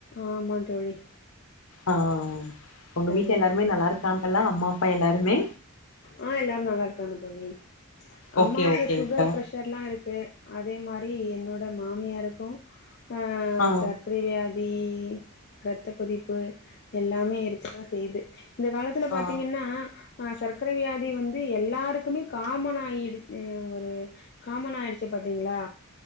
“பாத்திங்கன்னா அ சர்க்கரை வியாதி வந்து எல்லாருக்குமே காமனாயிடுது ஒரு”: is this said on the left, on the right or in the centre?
Left